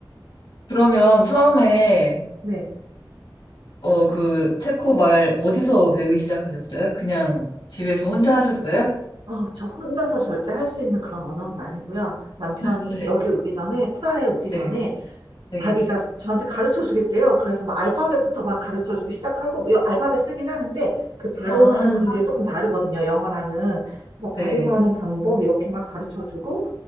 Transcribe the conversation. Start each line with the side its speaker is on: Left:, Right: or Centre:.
Left: 그러면 처음에,
Right: 네.
Left: 어, 그, 체코 말 어디서 배우기 시작하셨어요? 그냥 집에서 혼자 하셨어요?
Right: 어, 저 혼자서 절대 할 수 있는 그런 언어는 아니고요. 남편이
Left: 네,
Right: 여기 오기 전에, 프라하에 오기 전에
Left: 네, 네.
Right: 자기가 저한테 가르쳐 주겠대요. 그래서 막 알파벳부터 막 가르쳐 주기 시작하고, 뭐 여- 알파벳 쓰긴 하는데, 그 발음하는
Left: 아,
Right: 게 조금 다르거든요, 영어랑은. 그래서 발음하는
Left: 네,
Right: 방법 이렇게 막 가르쳐 주고,